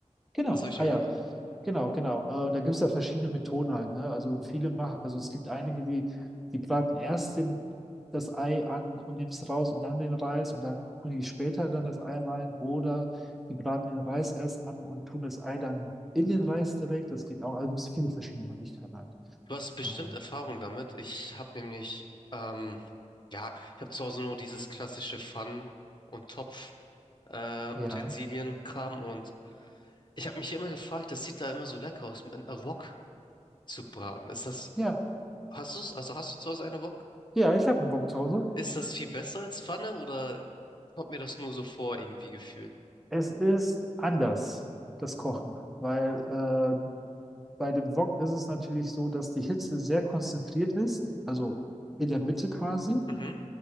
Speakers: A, in the centre; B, on the left.
A: Genau,
B: Das habe ich
A: ah
B: mir
A: ja,
B: gemacht.
A: genau, genau. Äh, da gibt es ja verschiedene Methoden halt, ne? Also viele machen, also es gibt einige, die, die braten erst den, das Ei an und nehmen es raus und dann den Reis und dann tun die später dann das Ei rein oder die braten den Reis erst an und tun das Ei dann in den Reis direkt. Das geht auch, also es gibt viele verschiedene Möglichkeiten halt.
B: Du hast bestimmt
A: Ah, ja.
B: Erfahrung damit. Ich habe nämlich, ähm, ja, ich habe zu Hause nur dieses klassische Pfannen- und Topf, äh,
A: Ja,
B: Utensilienkram und ich habe mich immer gefragt, das sieht da immer so lecker aus, mit einer Wok zu braten. Ist das,
A: ja,
B: hast du es? Also hast du zu Hause eine Wok?
A: ja, ich habe einen Bock zu Hause.
B: Ist das viel besser als Pfanne oder kommt mir das nur so vor irgendwie gefühlt?
A: Es ist anders, das Kochen, weil äh, bei dem Wok ist es natürlich so, dass die Hitze sehr konzentriert ist, also in der Mitte quasi.
B: Mhm.